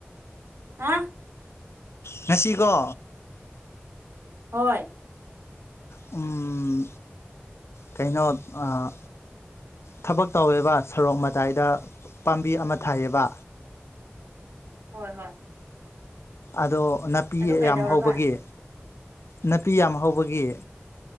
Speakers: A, on the right (about 80°); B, on the left (about 75°).
A: ꯍꯥ
B: ꯉꯁꯤꯀꯣ
A: ꯍꯣꯏ
B: ꯎꯝ ꯀꯩꯅꯣ ꯑꯥ ꯊꯕꯛ ꯇꯧꯋꯦꯕ ꯁꯣꯔꯣꯛ ꯃꯇꯥꯏꯗ ꯄꯥꯝꯕꯤ ꯑꯃ ꯊꯥꯏꯌꯦꯕ
A: ꯍꯣꯏ ꯍꯣꯏ
B: ꯑꯗꯣ ꯅꯥꯄꯤ
A: ꯑꯗꯨ ꯀꯩꯗꯧꯔꯕ
B: ꯌꯥꯝ ꯍꯧꯕꯒꯤ ꯅꯥꯄꯤ ꯌꯥꯝ ꯍꯧꯕꯒꯤ